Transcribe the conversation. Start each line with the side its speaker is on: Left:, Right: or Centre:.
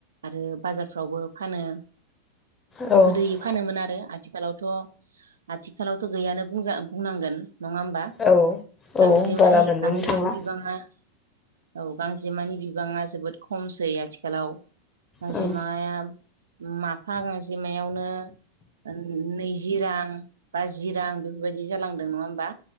Right: आरो बाजारफ्रावबो फानो
Left: औ
Right: गोदोयै
Left: औ
Right: फानोमोन आरो आथिखालावथ' आथिखालावथ' गैयानो बुंजा बुंनांगोन नङा होमबा
Left: औ औ
Right: गांजेमानि
Left: बारा मोननोनो
Right: गांजेमानि
Left: थांला
Right: बिबाङा औ गांजेमानि बिबाङा जोबोद खमसै आथिखालाव गांजेमाया
Left: औ
Right: माफा गांजेमायावनो ओ नैजि रां बाजि रां बेफोरबायदि जालांदों नङा होमबा